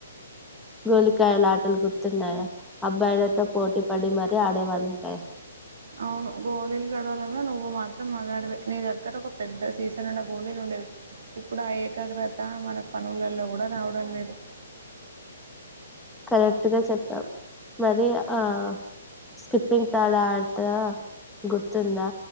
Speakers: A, in the centre; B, on the right.
A: గోళీకాయలు ఆటలు గుర్తున్నాయా అబ్బాయిలతో పోటీ పడి మరీ ఆడేవాళ్ళం కదా
B: అవును గోళీలు గెలవడంలో నువ్వు మాత్రం మాగాడివే నీ దగ్గర ఒక పెద్ద సీసానిండా గోళీలు ఉండేవి. ఇప్పుడు ఆ ఏకాగ్ర త మన పనులల్లో కూడా రావడం లేదు
A: కరెక్ట్ గా చెప్పావ్ మరి ఆ స్కిప్పింగ్ తాడు ఆట గుర్తుందా